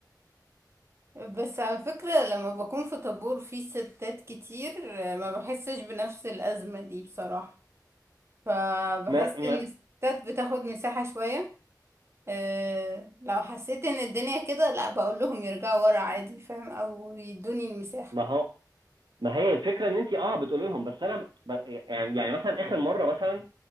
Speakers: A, on the right; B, on the right.
A: بس على فكرة لما بكون في طابور فيه ستات كتير آه، ما بحسش بنفس الأزمة دي بصراحة فبحس
B: ما ما
A: ان الستات بتاخد مساحة شوية أه لو حسيت ان الدنيا كده لا بقول لهم يرجعوا ورا عادي فاهم او يدوني المساحة
B: ما هو ما هي الفكره ان انت اه بتقولي لهم بس انا ب... يعني يعني مثلا اخر مره مثلا